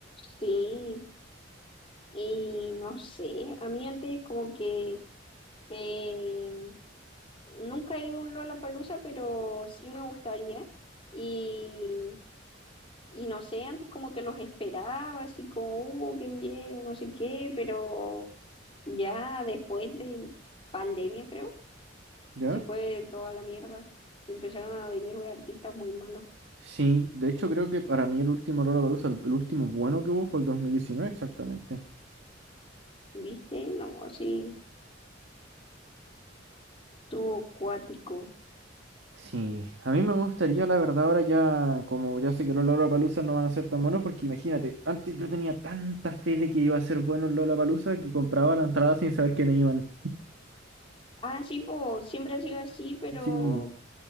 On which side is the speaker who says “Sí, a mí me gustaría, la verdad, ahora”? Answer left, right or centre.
Right